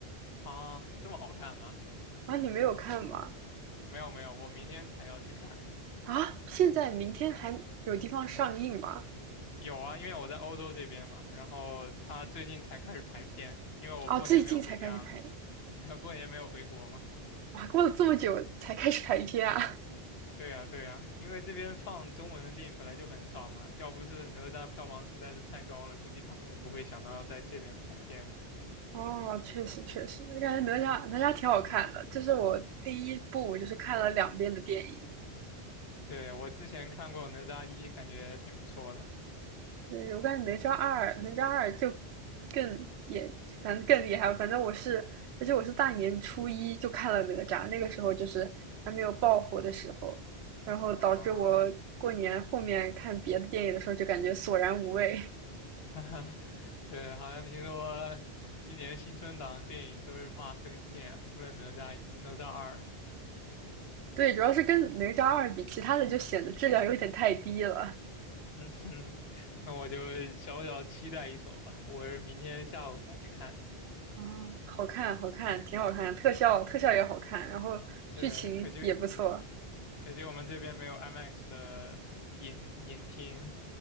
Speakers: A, on the left; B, on the right.
A: 啊，这么好看吗？
B: 啊，你没有看吗？
A: 没有没有，我明天才要去看。
B: 啊，现在明天还有地方上映吗？
A: 有啊，因为我在欧洲这边嘛，然后他最近才开始排片，因为我过年没有回家嘛，
B: 哦，最近才开始拍，
A: <laughs> 他过年没有回国嘛。
B: 哇，过了这么久才开始拍片啊！
A: 对呀对呀，因为这边放中文的电影本来就很少嘛，要不是哪吒票房实在是太高了，估计他们也不会想到要在这边排片。
B: <laughs> 哦，确实确实，我感觉哪吒哪吒挺好看的，这是我第一部我就是看了两遍的电影。
A: 对，我之前看过哪吒一，感觉挺不错的。
B: 对，我感觉哪吒二，哪吒二就更也反正更厉害，反正我是，而且我是大年初一就看了哪吒，那个时候就是还没有爆火的时候，然后导致我过年后面看别的电影的时候就感觉索然无味。
A: 啊，
B: <laughs>
A: <laughs> 对，好像听说今年新春档的电影都是骂声一片啊，除了哪吒一、哪吒二。
B: 对，主要是跟哪吒二比，其他的就显得质量有点太低了。
A: 嗯哼，那我就小小期待一手吧。我是明天下午才去看，
B: 啊，好看，好看，挺好看，特效特效也好看，然后剧情也不错。
A: 这可惜可惜我们这边没有 IMAX 的影影厅，